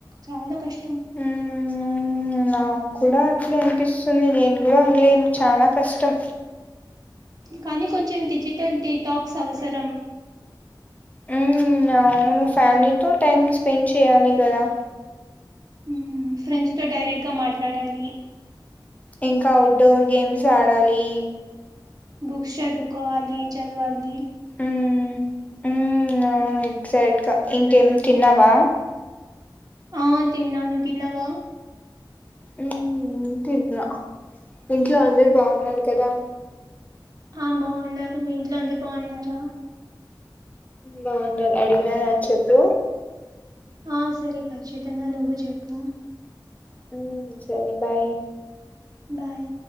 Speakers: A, on the right; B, on the left.
A: చాలా కష్టం
B: హ్మ్ నాకు కూడా అట్లా అనిపిస్తుంది నేను కూడా ఉండలేను చాలా కష్టం
A: కానీ కొంచెం డిజిటల్ డిటాక్స్ అవసరం
B: హ్మ్ అవును ఫ్యామిలీతో టైమ్ స్పెండ్ చేయాలి కదా
A: హ్మ్ ఫ్రెండ్స్ తో డైరెక్ట్ గా మాట్లాడాలి
B: ఇంకా ఔట్ డోర్ గేమ్స్ ఆడాలి
A: బుక్స్ చదుకోవాలి చదవాలి
B: హ్మ్ మ్మ్ అవును ఎగ్జాక్ట్గా ఇంకేం తిన్నావా
A: ఆ తిన్నాను నువ్ తిన్నావా
B: హ్మ్ తిన్లా ఇంట్లో అందరు బాగున్నారు కదా
A: ఆ బావున్నారు మీ ఇంట్లో అందరు బావున్నారా
B: బాగున్నా అడిగినాను అని చెప్పు
A: ఆ సరే ఖచ్చితంగా నువ్వు చెప్పు
B: ఉ సరే బాయ్
A: బాయ్